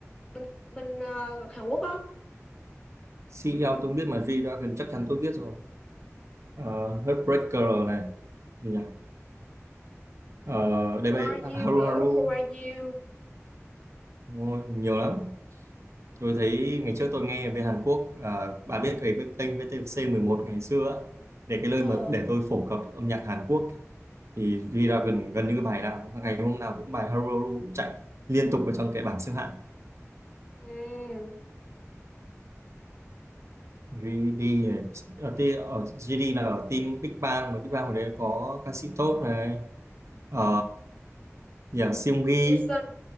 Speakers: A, on the left; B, on the right.
A: bên bên ờ, Hàn Quốc á
B: xê e CL tôi không biết mà G-Dragon chắc chắn tôi biết rồi Ờ, Heartbreaker này gì nhỉ uh,
A: Who
B: đây
A: are
B: bây
A: you
B: à, Haru
A: nữa
B: Haru
A: Who are you
B: Ôi, nhiều lắm tôi thấy ngày trước tôi nghe về Hàn Quốc à, bà biết cái kênh vê tê xê 11 ngày xưa á, để cái nơi
A: ờ
B: mà để tôi phổ cập âm nhạc Hàn Quốc thì G-Dragon gần như bài nào ngày hôm nào cũng bài Haru Haru cũng chạy liên tục ở trong cái bảng xếp hạng
A: ừ
B: GD này ở, ti- ở GD là ở team Big Bang mà Big Bang hồi đấy có ca sĩ top này ờ nhỉ Seunggi
A: Daesun